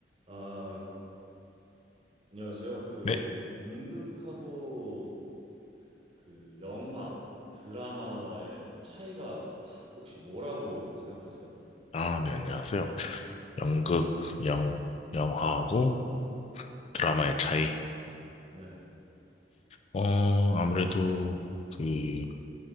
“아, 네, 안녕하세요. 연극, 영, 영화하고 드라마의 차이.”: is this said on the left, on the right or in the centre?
Left